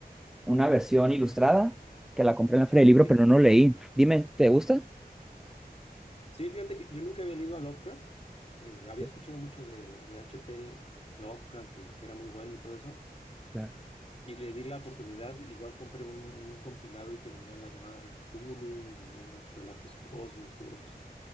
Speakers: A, in the centre; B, on the left.
A: una versión ilustrada que la compré en la feria del libro,
B: Sí,
A: pero no lo leí. Dime, ¿te gusta?
B: sí, fíjate que yo nunca había leído a Lovecraft, eh, había
A: Sí,
B: escuchado mucho de, de H P Lovecraft, que, que era muy bueno y todo eso,
A: claro,
B: y le di la oportunidad, igual compré un, un compilado y que venía en la llamada de Cthulhu, venían los relatos cósmicos,